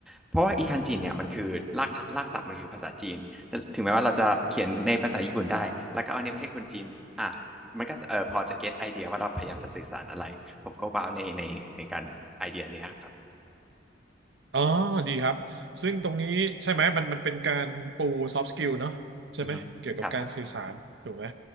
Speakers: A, in the centre; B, on the right.
A: เพราะว่าอีคันจิเนี่ยมันคือรากฐารากศัพท์มันคือภาษาจีนแต่ถึงแม้ว่าเราจะเขียนในภาษาญี่ปุ่นได้แล้วก็เอาเนี่ยไปให้คนจีนอ่านมันก็จะเออพอจะเก็ตไอเดียว่าเราพยายามจะสื่อสารอะไรผมก็ว้าวในในในการไอเดียเนี้ยครับ
B: อ๋อดีครับ ซึ่งตรงนี้ใช่ไหมมันมันเป็นการปู soft skill เนอะใช่ไหม
A: อือฮึครับ
B: เกี่ยวกับการสื่อสารถูกไหม